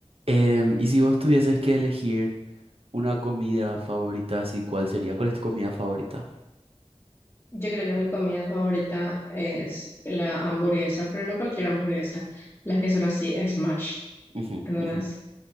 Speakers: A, on the right; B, on the left.
A: Em, y si vos tuvieses que elegir una comida favorita, así, ¿cuál sería? ¿Cuál es tu comida favorita?
B: Yo creo que mi comida favorita es la hamburguesa, pero no cualquier hamburguesa, las que son así, smash,
A: Ujú,
B: ¿entendés?
A: ujú.